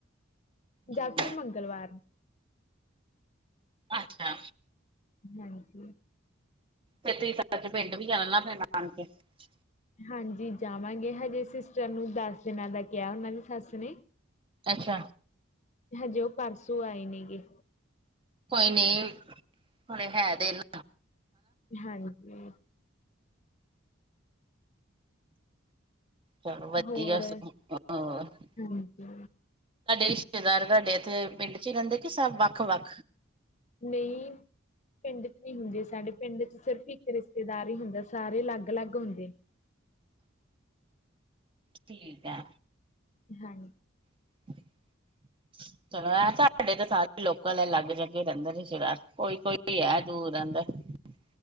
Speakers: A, on the left (about 35°); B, on the right (about 25°).
A: ਜਾਂ
B: ਹਮ,
A: ਫਿਰ ਮੰਗਲਵਾਰ।
B: ਅੱਛਾ।
A: ਹਾਂਜੀ।
B: ਖੇਤੀ ਤਜ ਪਿੰਡ ਵੀ ਆਪਣੇ ਨਾਨਕੇ। <unintelligible>
A: ਹਾਂਜੀ ਜਾਵਾਂਗੇ ਹਜੇ ਸਿਸਟਰ ਨੂੰ ਦਸ ਦਿਨਾਂ ਦਾ ਕਿਹਾ ਉਹਨਾਂ ਦੀ ਸੱਸ ਨੇ।
B: ਅੱਛਾ।
A: ਹਜੇ ਉਹ ਪਰਸੋਂ ਆਏ ਨੇ ਗੇ।
B: ਕੋਈ ਨਹੀਂ ਹੁਣੇੇ ਹੈ ਦਿਨ
A: ਹਾਂਜੀ।
B: ਚਲੋ ਵਧੀਆ
A: ਹੋਰ
B: ਹੋ ਤੁਹਾਡੇ। <unintelligible>
A: ਹਾਂਜੀ
B: ਰਿਸ਼ਤੇਦਾਰ ਤੁਹਾਡੇ ਇੱਥੇ ਪਿੰਡ ਚ ਹੀ ਰਹਿੰਦੇ ਕਿ ਸਭ ਵੱਖ ਵੱਖ।
A: ਨਹੀਂ। ਪਿੰਡ ਚ ਨਹੀ ਹੁੰਦੇ ਸਾਡੇ ਪਿੰਡ ਚ ਸਿਰਫ ਇੱਕ ਰਿਸ਼ਤੇਦਾਰ ਹੀ ਹੁੰਦਾ ਸਾਰੇ ਅਲੱਗ ਅਲੱਗ ਹੁੰਦੇ ।
B: ਠੀਕ ਆ।
A: ਹਾਂਜੀ।
B: <inaudible> ਚਲੋ ਐ ਸਾਡੇ ਤੇ ਸਾਰੇ ਲੋਕਲ ਹੈ ਅਲੱਗ ਜਗੇ ਰਹਿੰਦੇ ਹੀ ਸਾਰ ਕੋਈ ਕੋਈ ਹੈ ਦੂਰ ਰਹਿੰਦਾ। ਹਮ <inaudible>